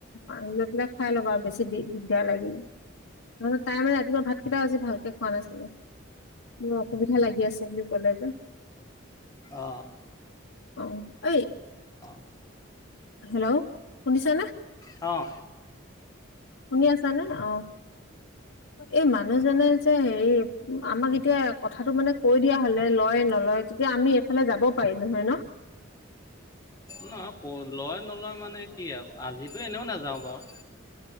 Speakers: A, on the left; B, on the left.
A: আহি লৈ পেলাই খাই ল'বা আৰু বেছি দিগদাৰ লাগিলে। নহয় তাই মানে ৰাতিপুৱা ভাতকেইটাও আজি ভালকে খোৱা নাছিলে। মোৰ অসুবিধা লাগি আছে বুলি ক'লে যে
B: অহ',
A: অহ, এই
B: অঁ
A: হেল্ল', শুনিছা নে?
B: অহ',
A: শুনি আছ নে অহ। এই মানুহজনে যে হেৰি আমাক এতিয়া কথাটো মানে কৈ দিয়া হলে লয়- নলয় তেতিয়া আমি এফালে যাব পাৰিলো হয় ন'?
B: নহয় ক লয় -নলয় মানে কি আৰু আজিতো এনেও নাযাওঁ বাৰু